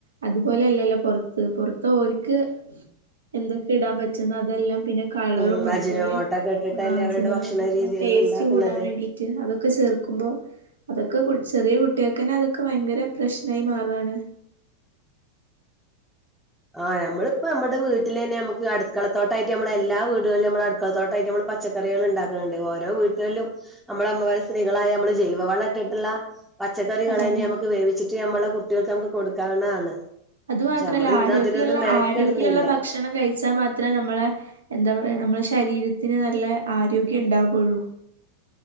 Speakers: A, on the right; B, in the centre.
A: അതുപോലെല്ലല്ലോ പൊറത്ത് പൊറത്തോ ഓൽ ക്ക് എന്തൊക്കെ ഇടാൻ പറ്റുന്ന അതെല്ലാം പിന്നെ കളറും
B: ഉം
A: അതുപോലെ
B: അജിനോമോട്ടൊക്കെ ഇട്ടിട്ടല്ലേ
A: ആ അജിനോമോട്ടൊക്കെ
B: അവരുടെ ഭക്ഷണ രീതികൾ
A: ടേസ്റ്റ്
B: ഉണ്ടാക്കുന്നത്
A: കൂടാൻ വേണ്ടി റ്റ് അതൊക്കെ ചേർക്കുമ്പോ അതൊക്കെ കു ചെറിയ കുട്ടിയേക്കന്നെ അതൊക്കെ വയങ്കര പ്രശ്നായി മാറാണ്
B: ആഹ് നമ്മളിപ്പോ നമ്മടെ വീട്ടിലെന്നെ നമ്മക്ക് അടുക്കളത്തോട്ടായിട്ട് നമ്മടെ എല്ലാ വീടുകളില് നമ്മളടുക്കളത്തോട്ടായിട്ട് നമ്മള് പച്ചക്കറികള്ണ്ടാക്ക്ണ് ണ്ട് ഓരോ വീട്ടുകളിലും നമ്മളമ്മമാര് സ്ത്രീകളായ നമ്മള് ജൈവവളട്ടിട്ട്ള്ള പച്ചക്കറികളെയെന്നെ
A: അതന്നെ
B: നമക്ക് വേവിച്ചിട്ട് നമ്മളെ കുട്ടിയള്ക്ക് നമുക്ക് കൊടുക്കാവുന്നതാണ്
A: അതു മാത്രല്ല
B: പക്ഷെ നമ്മള്
A: ആരോഗ്യള്ള
B: ഇന്ന് അതിനൊന്നും മെനക്കെടുന്നില്ല
A: ആരോഗ്യള്ള ഭക്ഷണം കഴിച്ചാ മാത്രേ നമ്മളെ എന്താ പറയാ നമ്മളെ ശരീരത്തിന് നല്ല ആരോഗ്യണ്ടാവുള്ളൂ